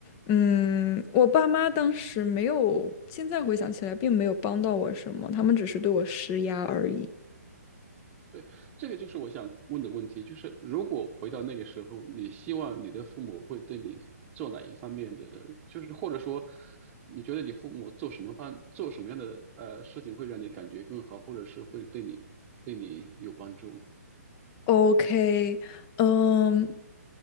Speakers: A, on the left; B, on the right.
A: 嗯，我爸妈当时没有，现在回想起来并没有帮到我什么，他们只是对我施压而已。
B: 对，这个就是我想问的问题，就是如果回到那个时候，你希望你的父母会对你做哪一方面的，就是或者说你觉得你父母做什么方做什么样的呃事情会让你感觉更好，或者是会对你对你有帮助？
A: OK，嗯，